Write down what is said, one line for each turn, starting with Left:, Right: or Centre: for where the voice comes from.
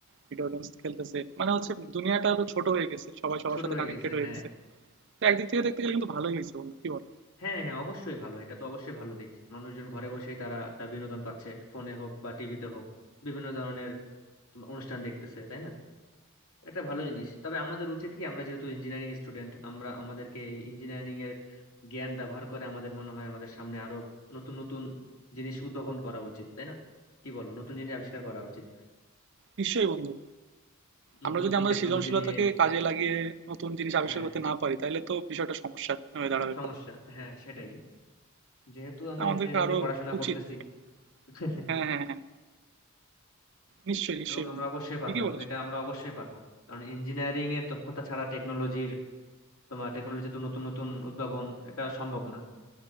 Right: ভিডিও গেমস খেলতেছে মানে হচ্ছে দুনিয়াটা আরো ছোট হয়ে গেছে সবাই সবার
Left: ছোট
Right: সাথে
Left: হয়ে
Right: কানেক্টেড
Left: গেছে
Right: হয়ে
Left: হ্যাঁ
Right: গেছে তো একদিক থেকে দেখতে গেলে কিন্তু ভালোই হয়েছে বন্ধু কি বলো
Left: হ্যাঁ হ্যাঁ অবশ্যই ভালো এটা তো অবশ্যই ভালো দিক মানুষজন ঘরে বসেই তারা একটা বিনোদন পাচ্ছে ফোনে হোক বা টিভিতে হোক বিভিন্ন ধরনের তোমার অনুষ্ঠান দেখতেছে তাই না একটা ভালো জিনিস তবে আমাদের উচিত কি আমরা যেহেতু ইঞ্জিনিয়ারিং স্টুডেন্ট আমরা আমাদেরকে এই ইঞ্জিনিয়ারিং এর জ্ঞান ব্যবহার করে আমাদের মনে হয় আমাদের সামনে আরো নতুন নতুন জিনিস উদ্ভাবন করা উচিত তাই না কি বলো নতুন জিনিস আবিষ্কার করা উচিত
Right: নিশ্চয়ই বন্ধু
Left: নতুন
Right: আমরা যদি
Left: নতুন
Right: আমাদের
Left: টেকনোলজি
Right: সৃজনশীলতাকে
Left: নিয়ে
Right: কাজে লাগিয়ে নতুন জিনিস আবিষ্কার
Left: হ্যাঁ
Right: করতে না পারি তাহলে তো বিষয়টা সমস্যা হয়ে দাঁড়াবে
Left: সমস্যা
Right: পরবর্তীতে
Left: হ্যাঁ সেটাই যেহেতু আমরা
Right: আমাদেরকে
Left: ইঞ্জিনিয়ারিং
Right: আরো
Left: নিয়ে পড়াশোনা
Right: উচিত
Left: করতেছি
Right: এটা।
Left: <laughs>
Right: হ্যাঁ হ্যাঁ হ্যাঁ নিশ্চয়ই নিশ্চয়ই
Left: এবং
Right: বন্ধু
Left: আমরা অবশ্যই পারবো
Right: ঠিকই
Left: এবং
Right: বলেছো
Left: এটা আমরা অবশ্যই পারবো কারণ ইঞ্জিনিয়ারিং এর দক্ষতা ছাড়া টেকনোলজির তোমার টেকনোলজি তো নতুন নতুন উদ্ভাবন এটা সম্ভব না